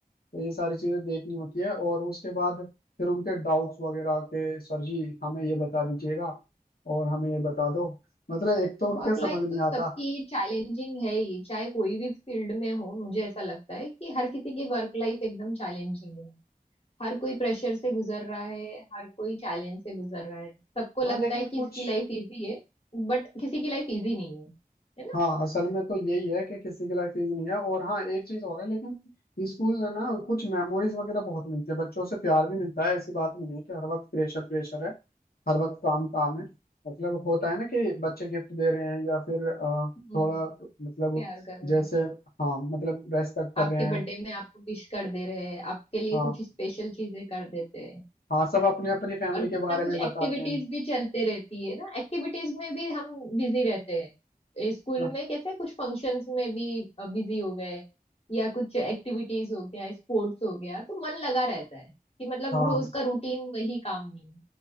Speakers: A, on the left; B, on the left.
A: तो ये सारी चीजें देखनी होती है और उसके बाद फिर उनके डाउट्स वगैरह के सर जी हमें ये बता दीजिएगा और हमें ये बता दो मतलब एक तो उनके
B: वर्क
A: समझ
B: लाइफ
A: नहीं
B: तो सबकी
A: आता
B: चैलेंजिंग है ही चाहे कोई भी फील्ड में हो मुझे ऐसा लगता है कि हर किसी की वर्क लाइफ एकदम चैलेंजिंग है हर कोई प्रेशर से गुजर रहा है हर कोई चैलेंज से गुजर रहा है सबको लगता
A: हाँ, लेकिन
B: है कि
A: कुछ
B: इसकी लाइफ इजी है बट किसी की लाइफ इजी नहीं है है ना
A: हाँ असल में तो यही है कि किसी की लाइफ इजी नहीं है और हाँ एक चीज और है लेकिन स्कूल है ना कुछ मेमोरीज वगैरह बहुत मिलती है बच्चों से प्यार भी मिलता है ऐसी बात नहीं है कि हर वक्त प्रेशर प्रेशर है हर वक्त काम काम है मतलब होता है ना कि बच्चे गिफ्ट दे रहे हैं या फिर अ,
B: हम्म
A: थोड़ा मतलब
B: प्यार कर रहे
A: जैसे
B: हैं
A: हाँ मतलब रेस्पेक्ट कर
B: आपके
A: रहे
B: बर्थडे
A: हैं
B: में आपको विश कर दे रहे हैं आपके लिए
A: हाँ
B: कुछ स्पेशल चीजें कर देते हैं
A: हाँ सब अपने अपनी फैमिली
B: और कुछ
A: के बारे
B: ना कुछ
A: में बताते
B: एक्टिविटीज
A: हैं
B: भी चलते रहती है ना एक्टिविटीज में भी हम बिजी रहते हैं स्कूल
A: हाँ
B: में कैसे कुछ फंक्शंस में भी बिजी हो गए या कुछ एक्टिविटीज हो गया स्पोर्ट्स हो गया तो मन लगा रहता है कि मतलब
A: हाँ
B: रोज का रूटीन वही काम नहीं है